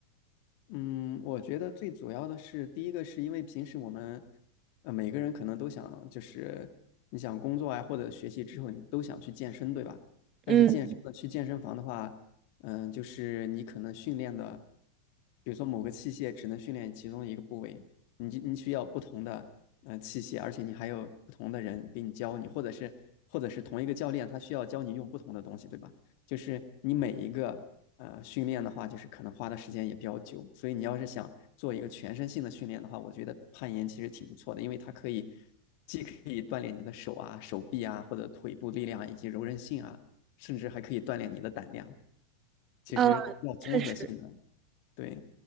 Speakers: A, on the left (about 45°); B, on the right (about 30°).
A: 嗯，我觉得最主要的是，第一个是因为平时我们，呃，每个人可能都想，就是你想工作啊或者学习之后，你都想去健身，对吧？但是健身的去健身房的话，
B: 嗯，
A: 嗯，就是你可能训练的，比如说某个器械只能训练其中一个部位，你就你需要不同的呃器械，而且你还有不同的人给你教你，或者是或者是同一个教练他需要教你用不同的东西，对吧？就是你每一个呃训练的话，就是可能花的时间也比较久，所以你要是想做一个全身性的训练的话，我觉得攀岩其实挺不错的，因为它可以既可以锻炼你的手啊、手臂啊，或者腿部力量啊以及柔韧性啊，甚至还可以锻炼你的胆量。其实要综合性的，
B: 呃，确实。
A: 对，